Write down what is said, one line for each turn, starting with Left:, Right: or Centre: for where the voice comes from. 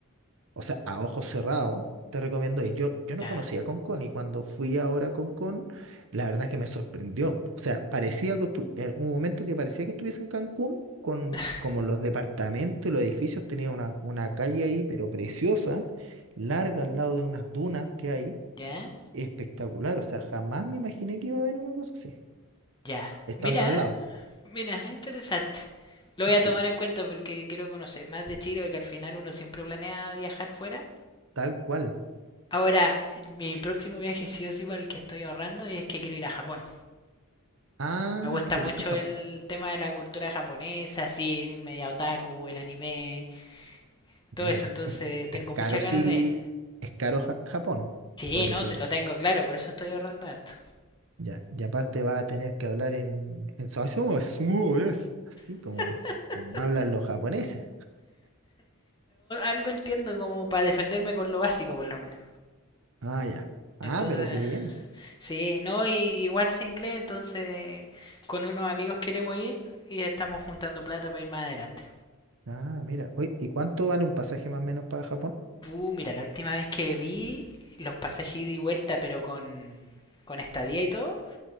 Right: o sea, a ojos cerrados, te recomiendo ir. Yo, yo no
Left: Ya,
Right: conocía Concón y cuando fui ahora a Concón, la verdad que me sorprendió. O sea, parecía que estu- en un momento que parecía que estuviese en Cancún. Con,
Left: <laughs>
Right: como los departamentos y los edificios, tenía una, una calle ahí, pero preciosa, larga al lado de unas dunas que hay,
Left: ya,
Right: Espectacular, o sea, jamás me imaginé que iba a haber una cosa así,
Left: ya.
Right: estando
Left: Mira,
Right: al lado.
Left: Mira, interesante. Lo voy
Right: Sí,
Left: a tomar en cuenta porque quiero conocer más de Chile, porque al final uno siempre planea viajar fuera.
Right: tal cual.
Left: Ahora, mi próximo viaje sí o sí para el que estoy ahorrando es que quiero ir a Japón.
Right: Ah,
Left: Me gusta
Right: que te
Left: mucho
Right: gusta Japón.
Left: el tema de la cultura japonesa, así, media otaku, el anime, todo
Right: Mira,
Left: eso, entonces
Right: es
Left: tengo
Right: es caro
Left: muchas
Right: sí,
Left: ganas de ir.
Right: es caro Ja- Japón,
Left: Sí,
Right: por lo
Left: no,
Right: que
Left: sí, lo tengo claro, por eso estoy ahorrando esto.
Right: ya, y aparte va a tener que hablar en, en su eso es "Sumo es", así
Left: <laughs>
Right: como, como hablan los japoneses.
Left: Algo entiendo como para defenderme con lo básico por lo menos.
Right: Ah, ya. Ah,
Left: Entonces,
Right: pero qué bien.
Left: Sí, no, y igual se incluye, entonces con unos amigos queremos ir y estamos juntando plata para ir más adelante.
Right: Ah, mira. Oye, ¿y cuánto vale un pasaje más o menos para Japón?
Left: Uh, mira, la última vez que vi los pasajes ida y vuelta, pero con, con estadía y todo,